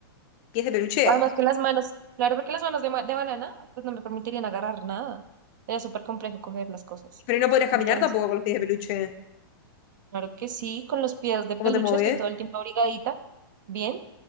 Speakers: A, on the left; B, on the right.
A: ¿Pies de peluche?
B: Además que las manos, claro, porque las manos de, ma- de banana, pues no me permitirían agarrar nada. Era súper complejo coger las cosas.
A: Pero no podrías caminar
B: Entonces,
A: tampoco con los pies de peluche.
B: claro que sí, con los pies de
A: ¿Cómo
B: peluche
A: te movés?
B: estoy todo el tiempo abrigadita, bien,